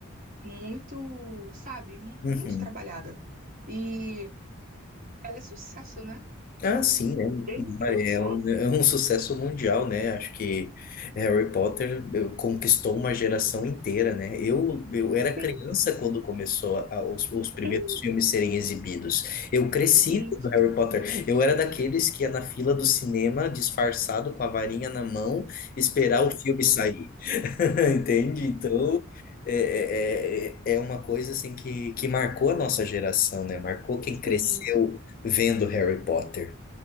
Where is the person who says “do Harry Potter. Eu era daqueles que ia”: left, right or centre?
Left